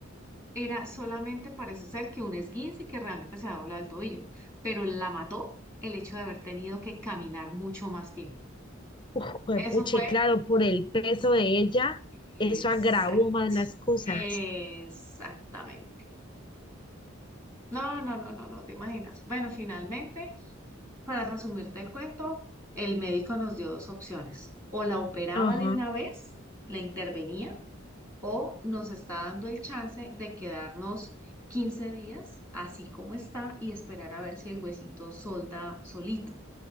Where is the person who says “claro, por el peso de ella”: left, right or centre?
Left